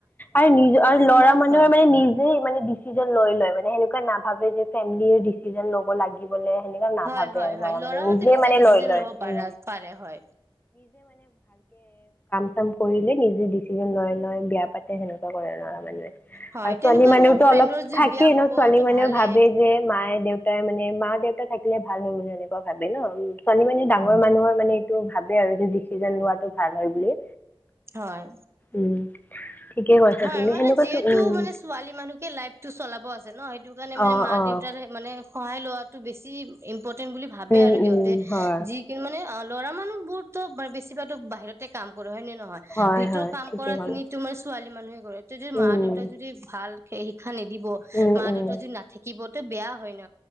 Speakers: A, on the left; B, on the right.
A: আৰু নিজ আৰু
B: কোনোবা
A: ল'ৰা মানুহৰ
B: হয়
A: মানে নিজে মানে ডিচিজন লৈ লয় মানে সেনেকুৱা না ভাবে যে ফেমিলি ডিচিজন ল'ব লাগি বোলে সেনেকুৱা নাভাবে
B: হয় হয়
A: আৰু
B: হয়
A: লৰা
B: ল'ৰাহতে
A: মানে নিজে মানে
B: ডিচিজন
A: লৈ লয়
B: ল'ব পাৰা
A: উ।
B: পাৰে হয়
A: কাম কৰিলে নিজে ডিচিজন লয় নয় বেয়া পাতে সেনেুৱা কৰে নৰা মানুহে।
B: হয়
A: আৰু
B: তেনেকুৱাই
A: ছোৱালী মানুহওতো
B: মোৰ ফ্ৰেণ্ডৰ
A: অলপ
B: যদি
A: থাকে
B: বিয়া হ'বতো
A: ন ছোৱালী মানুহে
B: ভালেই।
A: ভাবে যে মায়ে দেউতাৰ মানে মা দেউতা থাকিলে ভাল হয় বুলি এনেকুৱা ভাবে ন ছোৱালী মানে ডাঙৰ মানুহৰ মানে টো ভাবে আৰু যে ডিচিছন লোৱাটো ভাল হয় বুলি।
B: হয়।
A: উম। ঠিকে কৈছা
B: হয়,
A: তুমি
B: মানে
A: সেনেকুৱাতো
B: যিহেতু
A: উম
B: মানে ছোৱালী মানুহকে লাইফটো চলাব আছে ন সেইটো মানে মানে
A: অ
B: মা
A: অ
B: দেউতাৰ মানে সহায় লোৱাটো বেছি ইম্প বুলি ভাবে
A: উম
B: আৰু সিহতে
A: উম হয়
B: যি কিন্তু মানে অ ল'ৰা মানুহ বহুত তো বেছি ভাগ বাহিৰতে কাম কৰো হয় নে নহয়
A: হয়
B: ভিতৰৰ
A: হয়
B: কাম
A: ঠিকে
B: কৰা
A: ক'লা
B: খিনিতো মই ছোৱালী মানুহে কৰে যদি
A: উম
B: মা দেউতা যদি ভাল শিক্ষা নিদিব
A: উম
B: মা
A: উম
B: দেউতা যদি নাথাকিব। বেয়া হয় ন